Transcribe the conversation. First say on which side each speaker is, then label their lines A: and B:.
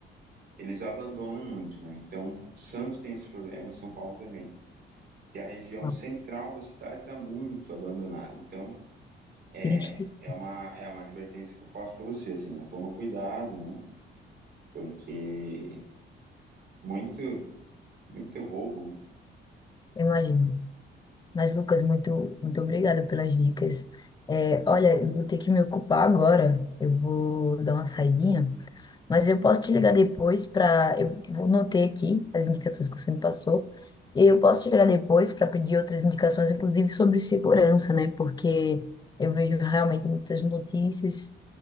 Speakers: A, on the right; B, on the left.
A: eles abandonam muito, né? Então, Santos tem esse problema, São Paulo também, que a região
B: Paulo.
A: central da cidade está muito abandonada. Então, é,
B: triste
A: é, uma, é uma advertência que eu faço para você, assim, né? Toma cuidado, né? Porque muito, muito roubo, né?
B: eu imagino. Mas, Lucas, muito, muito obrigada pelas dicas. É, olha, eu vou ter que me ocupar agora. Eu vou dar uma saidinha, mas eu posso te ligar depois para. Eu vou notei aqui as indicações que você me passou. E eu posso te ligar depois para pedir outras indicações, inclusive sobre segurança, né? Porque eu vejo realmente muitas notícias.